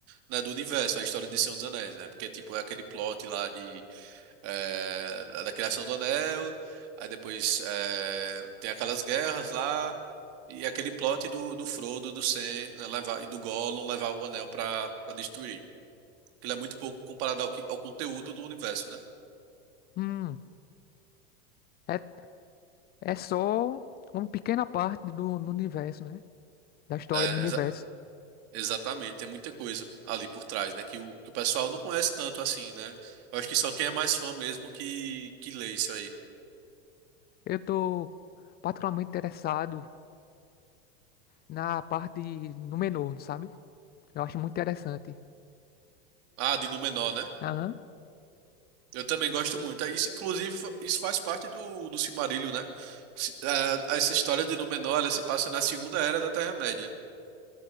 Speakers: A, on the right; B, on the left.
A: não é do universo, é a história de Senhor dos Anéis, né? Porque, tipo, é aquele plot lá de, é, da criação do Anel, aí depois é, tem aquelas guerras lá, e é aquele plot do, do Frodo, do Sam, né, levar, e do Gollum levar o Anel pra, pra destruir. Aquilo é muito pouco comparado ao, que- ao conteúdo do universo, né?
B: Hum, é, é só uma pequena parte do no universo, né? Da história
A: É,
B: do universo.
A: exa- Exatamente, tem muita coisa ali por trás, né? Que o, que o pessoal não conhece tanto assim, né? Eu acho que só quem é mais fã mesmo que, que lê isso aí.
B: Eu tô particularmente interessado na parte de Númenor, sabe? Eu acho muito interessante.
A: Ah, de Númenor, né?
B: Aham.
A: Eu também gosto muito. É, Isso, inclusive, fa- isso faz parte do, do Silmarillion, né? Se- ah, Essa história de Númenor, ela se passa na Segunda Era da Terra-média.